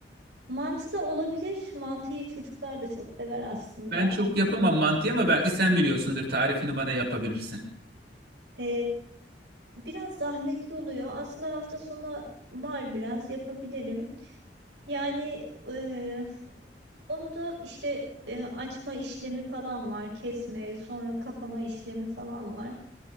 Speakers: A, on the right (about 80°); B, on the right (about 65°).
A: mantı da olabilir. Mantıyı çocuklar da çok sever aslında.
B: Ben çok yapamam mantıyı ama belki sen biliyorsundur. Tarifini bana yapabilirsin.
A: E, biraz zahmetli oluyor. Aslında hafta sonu var biraz yapabilirim. Yani e, Onu da işte e, açma işlemi falan var, kesme, sonra kapama işlemi falan var.